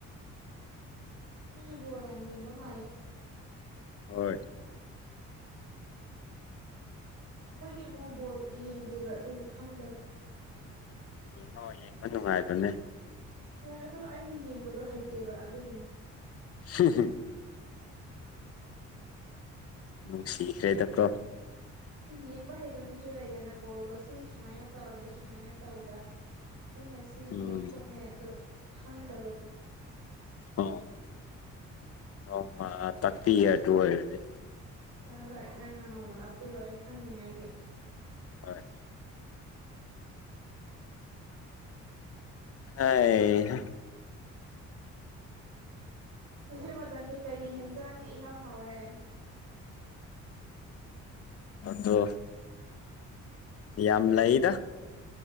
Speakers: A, on the right (about 65°); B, on the left (about 50°).
A: ꯅꯣꯏꯅꯦꯕꯣ ꯌꯥꯝ ꯌꯦꯡꯕ ꯃꯥꯜꯂꯦ
B: ꯍꯣꯏ
A: ꯑꯩꯈꯣꯏꯗꯤ ꯑꯃꯨꯛ ꯕꯣꯜ ꯌꯦꯡꯗꯦꯕ ꯑꯗꯨꯒꯤ ꯈꯪꯗꯕ
B: ꯌꯦꯡꯉꯣꯑꯣ ꯌꯦꯡꯕ ꯅꯨꯡꯉꯥꯏꯕꯅꯦ
A: ꯍꯣꯏ ꯑꯗꯣ ꯑꯩꯒꯤ ꯌꯦꯡꯕꯗꯣ ꯍꯩꯇꯦꯕ ꯑꯗꯨꯒꯤꯅꯦ
B: ꯍ ꯍꯨꯝ ꯅꯨꯡꯁꯤꯈ꯭ꯔꯦ ꯗꯥꯛꯇꯣ
A: ꯌꯦꯡꯕ ꯍꯩꯕ ꯃꯤꯁꯨ ꯂꯩꯗꯅ ꯕꯣꯜꯗꯣ ꯁꯤ ꯁꯨꯃꯥꯏꯅ ꯇꯧꯔꯗꯤ ꯁꯨꯃꯥꯏꯅ ꯇꯧꯕ ꯁꯤꯅꯦ ꯁꯤꯅꯦ
B: ꯎꯝ
A: ꯈꯣꯠꯅꯦ ꯑꯗꯣ ꯈꯪꯗꯕꯗꯣ
B: ꯑꯣ ꯅꯣꯡꯃ ꯇꯥꯛꯄꯤ ꯑꯗꯨ ꯑꯣꯏꯔꯗꯤ
A: ꯍꯣꯏ ꯍꯣꯏ ꯅꯪꯅ ꯅꯣꯡꯃ ꯇꯥꯛꯄꯤꯔꯣ ꯑꯩ ꯈꯪꯅꯤꯡꯉꯥꯏꯒꯤ
B: ꯍꯣꯏ ꯑꯦ
A: ꯍꯧꯖꯤꯛ ꯃꯇꯝꯗꯤ ꯀꯔꯤ ꯌꯦꯦꯟꯖꯥꯡꯅ ꯏꯍꯥꯎ ꯍꯥꯎꯋꯦ
B: ꯗꯣ
A: <inaudible>
B: ꯌꯥꯝ ꯂꯩꯗ